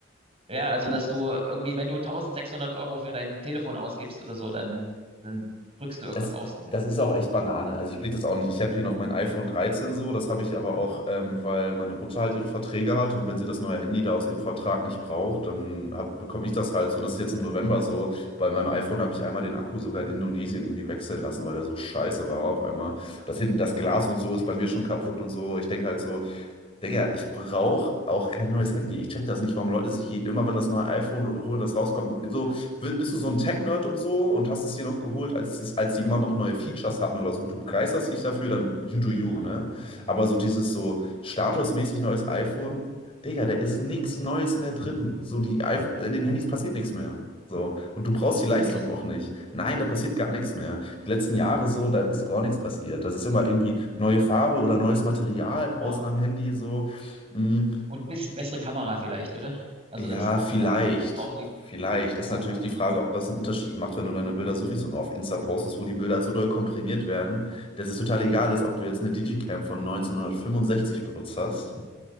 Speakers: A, on the right (about 30°); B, on the left (about 30°).
A: Ja, also dass du irgendwie, wenn du 1600 Euro für dein Telefon ausgibst oder so, dann, dann drückst du irgendwas
B: Das,
A: aus damit.
B: das ist auch echt Banane. Also ich blick das auch nicht. Ich habe hier noch mein iPhone dreizehn so. Das habe ich aber
A: Hm?
B: auch, ähm, weil meine Mutter halt ihre Verträge hat. Und wenn sie das neue Handy da aus ihrem Vertrag nicht braucht, dann hab, bekomme ich das halt so. Und das ist jetzt im November so. Bei meinem iPhone habe ich einmal den Akku sogar in Indonesien irgendwie wechseln lassen, weil der so scheiße war auf einmal. Das hinten, das Glas und so ist bei mir schon kaputt und so. Ich denke halt so, Digga, ich brauche auch kein neues Handy. Ich check das nicht, warum Leute sich je- immer, wenn das neue iPhone holen, das rauskommt. So, wi- bist du so ein Tech-Nerd und so und hast es dir noch geholt, als, es, als die immer noch neue Features hatten oder so und du begeisterst dich dafür, dann you do you,
A: Aha,
B: ne?
A: aha.
B: Aber so dieses so statusmäßig neues iPhone, Digga, da ist nichts Neues mehr drin. So, die iPh- in den Handys passiert nichts mehr. So, und du brauchst die Leistung
A: Echt?
B: auch nicht. Nein, da passiert gar nichts mehr. Die letzten Jahre so, da ist gar nichts passiert. Das ist immer irgendwie neue Farbe oder neues Material, außen
A: Aha.
B: am Handy so. Hm,
A: Und ein bisschen bessere Kamera vielleicht, oder? Also,
B: ja,
A: dass, dass
B: vielleicht.
A: die da irgendwie noch was drauflegen.
B: Vielleicht ist
A: Aha.
B: natürlich die Frage, ob das einen Unterschied macht, wenn du deine Bilder sowieso nur auf Insta postest, wo die Bilder so doll komprimiert werden, dass es total egal ist, ob du jetzt eine Digicam von 1965 benutzt hast.